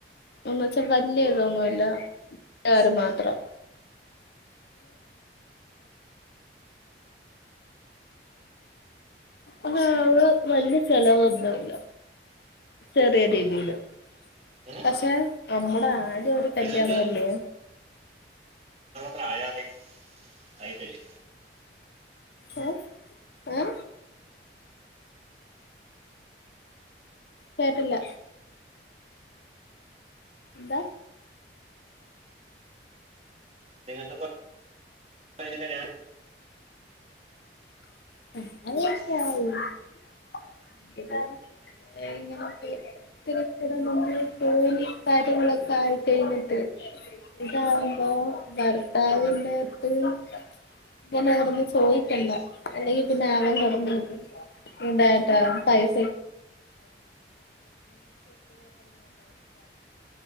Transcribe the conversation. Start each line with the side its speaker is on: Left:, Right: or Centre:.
Left: ഒന്ന് ചെറുതായിട്ട് <unintelligible> അല്ല <unintelligible> മാത്രം അതാവുസം വല്ല്യ ചെലവൊന്നുല്ല ചെറിയ രീതിയില്
Right: ഉം
Left: പഷെ നമ്മുട ആര് ഈ ഒരു കല്യാണ
Right: നിങ്ങൾക്ക്
Left: അല്ലേ
Right: പ്രായ ആയി ആയിട്ടില്ലെ
Left: എ എ കേട്ടില്ല എന്താ
Right: നിങ്ങക്ക്പ്പ അയിന് കല്യാണ്
Left: <inaudible> അല്ലെങ്കി പിന്നെ അവൻ കടം തന്നത് നീ യെന്താട്ട്